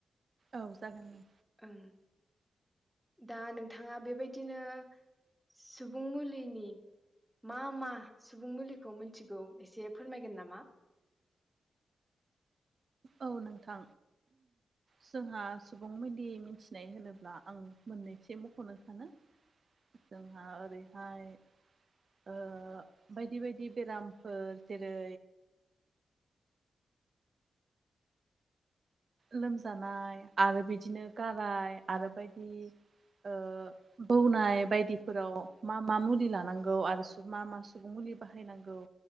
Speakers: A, on the right; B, in the centre.
A: औ जागोन दे
B: ओं दा नोंथाङा बेबायदिनो सुबुं मुलिनि मा मा सुबुं मुलिखौ मिथिगौ एसे फोरमायगोन नामा? <inaudible>
A: औ नोंथां जोंहा सुबुं मोदि मिथिनाय होनोब्ला आं मोननैसो मख'नो सानो जोंहा ओरैहाय ओ बायदि बायदि बेरामफोर जेरै लोमजानाय आरो बिदिनो गाराय आरो बायदि ओ बौनाय बायदिफोराव मा मा मुलि लानांगौ आरो सु मा मा सुबुं मु दि बाहायनांगौ